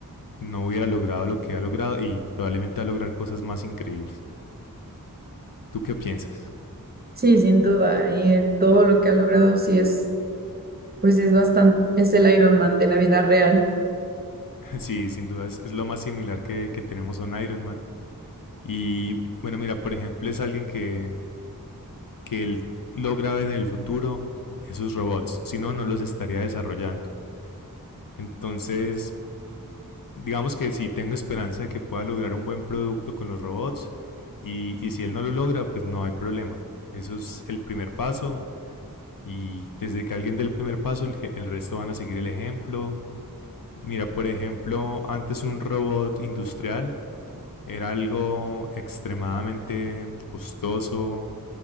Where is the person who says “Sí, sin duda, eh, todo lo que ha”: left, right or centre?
Right